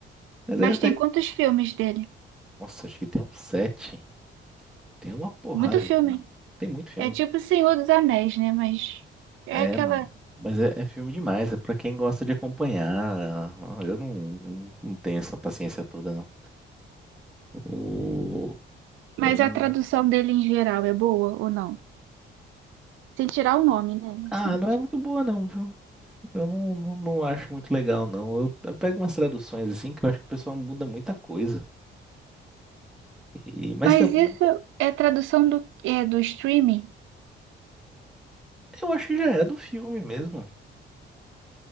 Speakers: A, in the centre; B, on the right.
A: Mas
B: Mas
A: é até.
B: tem quantos filmes dele?
A: Nossa, acho que tem uns sete. Tem uma porrada
B: Muito filme.
A: de filme. Tem muito filme.
B: É tipo Senhor dos Anéis, né? Mas é
A: É,
B: aquela.
A: mas é, é filme demais. É pra quem gosta de acompanhar. Eu não, não, não tenho essa paciência toda, não. O... pra
B: Mas
A: mim-
B: a tradução dele em geral é boa ou não? Sem tirar o nome, né?
A: Ah,
B: Assim.
A: não é muito boa, não, viu? Eu não, não, não acho muito legal, não. Eu, eu pego umas traduções assim que eu acho que o pessoal muda muita coisa. E, mas
B: Mas
A: tam-
B: isso é tradução do, é, do streaming
A: eu acho que já é do filme mesmo.